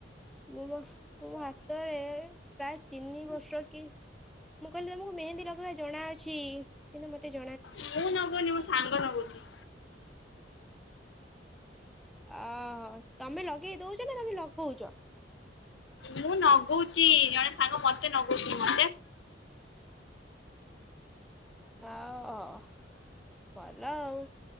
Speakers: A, in the centre; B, on the left (about 85°).
A: ମୁଁ ମୋ ମୁଁ ମୋ ହାତରେ। ପ୍ରାୟ ତିନି ବର୍ଷ କି ମୁଁ କହିଲି ତମକୁ ମେହେନ୍ଦୀ ଲଗେଇବା ଜଣା ଅଛି। କିନ୍ତୁ ମତେ ଜ
B: ମୁଁ ନଗଉନି ମୋ ସାଙ୍ଗ ନଗଉଛି।
A: ଆହୋ ତମେ ଲଗେଇ ଦଉଛ ନା ତମେ ଲଗଉଛ?
B: ମୁଁ ନଗଉଚି ଜଣେ ସାଙ୍ଗ ମତେ ନଗେଇ <inaudible>
A: ତା ଓ ଅ। ଭଲ ଆଉ